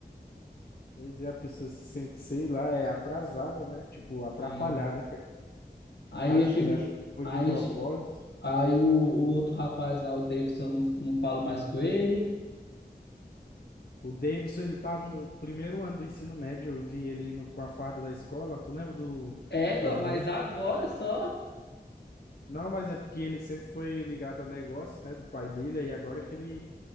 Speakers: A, on the left (about 65°); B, on the left (about 85°).
A: Pois é, a pessoa se sente, sei lá, é atrasada, né? Tipo, atrapalhada.
B: E
A: cara.
B: aí
A: Acho
B: eu tive.
A: que ele achou que foi
B: Aí,
A: de propósito.
B: ti- aí o, o outro rapaz lá, o Davidson, eu não, não falo mais com ele.
A: O Davidson, ele tá no primeiro ano do ensino médio, eu vi ele indo com a farda da escola. Tu lembra do,
B: É,
A: do João
B: mas
A: B?
B: agora só.
A: Não, mas é porque ele sempre foi ligado a negócios, né, do pai dele, aí agora que ele,